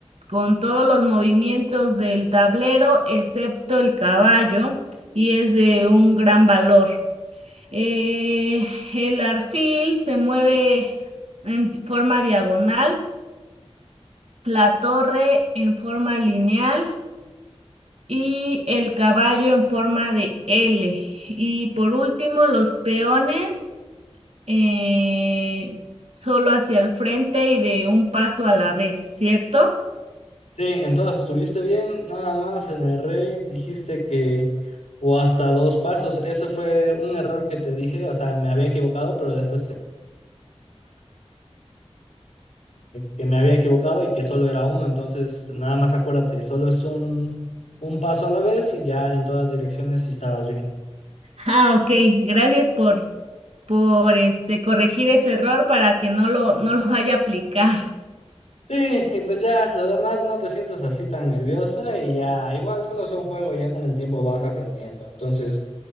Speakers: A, on the right (about 65°); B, on the left (about 80°).
A: con todos los movimientos del tablero, excepto el caballo, y es de un gran valor. Eh, el arfil se mueve en forma diagonal, la torre en forma lineal y el caballo en forma de L. Y por último, los peones eh, solo hacia el frente y de un paso a la vez, ¿cierto?
B: Sí, entonces estuviste bien, nada más en el rey dijiste que o hasta dos pasos, eso fue un error que te dije, o sea, me había equivocado, pero después que me había equivocado y que solo era uno, entonces nada más acuérdate, solo es un, un paso a la vez y ya en todas direcciones si estabas bien.
A: Ah, ok, gracias por, por este, corregir ese error para que no lo, no lo vaya a aplicar.
B: Sí, y pues ya, lo demás no te sientas así tan nerviosa y ya, igual solo es un juego, y ya con el tiempo vas aprendiendo. Entonces,